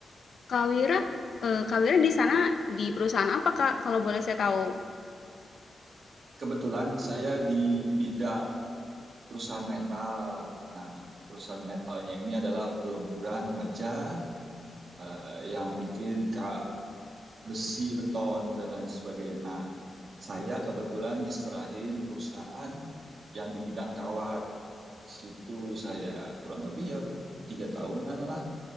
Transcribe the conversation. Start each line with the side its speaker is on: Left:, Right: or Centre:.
Left: Kak Wira, eee, Kak Wira di sana di perusahaan apa, Kak? Kalau boleh saya tahu.
Right: kebetulan saya di bidang perusahaan metal. Nah, perusahaan metalnya ini adalah peleburan baja eh, yang bikin ka, besi, beton, dan lain sebagainya. Nah, saya kebetulan diserahin perusahaan yang di bidang kawat. Situ saya kurang lebih ya tiga tahunan lah